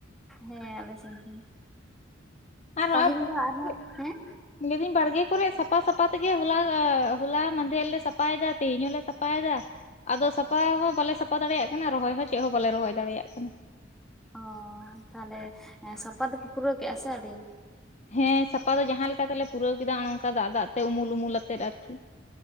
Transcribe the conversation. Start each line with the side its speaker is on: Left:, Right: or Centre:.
Centre: ᱦᱮᱸ ᱟᱞᱮ ᱥᱮᱱ ᱦᱚᱸ
Left: ᱟᱨ
Centre: ᱯᱟᱹᱦᱤᱞ
Left: ᱦᱚᱸᱜᱼᱚᱭ
Centre: ᱫᱚ ᱟᱨᱦᱚᱸ ᱦᱮᱸ
Left: ᱞᱟᱹᱭᱫᱟᱹᱧ ᱵᱟᱲᱜᱮ ᱠᱚᱨᱮᱫ ᱥᱟᱯᱷᱟ ᱥᱟᱯᱷᱟ ᱛᱮᱜᱮ ᱦᱚᱞᱟ ᱦᱚᱞᱟ ᱢᱟᱫᱷᱮᱨ ᱞᱮ ᱥᱟᱯᱷᱟᱭᱮᱫᱟ ᱛᱤᱦᱤᱧ ᱦᱚᱸᱞᱮ ᱥᱟᱯᱷᱟᱭᱮᱫᱟ ᱟᱫᱚ ᱥᱟᱯᱟ ᱦᱚᱸ ᱵᱟᱞᱮ ᱥᱟᱯᱷᱟ ᱫᱟᱲᱮᱭᱟᱜ ᱠᱟᱱᱟ ᱨᱚᱦᱚᱭ ᱦᱚᱸ ᱪᱮᱫ ᱦᱚᱸ ᱵᱟᱞᱮ ᱨᱚᱦᱚᱭ ᱫᱟᱲᱮᱭᱟᱜ ᱠᱟᱱᱟ
Centre: ᱚ ᱛᱟᱦᱞᱮ ᱥᱟᱯᱟ ᱫᱚᱯᱮ ᱯᱩᱨᱟᱹᱣ ᱠᱮᱜ-ᱟ ᱥᱮ ᱟᱹᱣᱨᱤ
Left: ᱦᱮᱸ ᱥᱟᱯᱟ ᱫᱚ ᱡᱟᱦᱟᱸᱞᱮᱠᱟ ᱛᱮᱞᱮ ᱯᱩᱨᱟᱹᱣ ᱠᱮᱫᱟ ᱱᱚᱜ-ᱚ ᱱᱚᱝᱠᱟ ᱫᱟᱜ ᱫᱟᱜ ᱛᱮ ᱩᱢᱩᱞ ᱩᱢᱩᱞ ᱟᱛᱮᱫ ᱟᱨᱠᱤ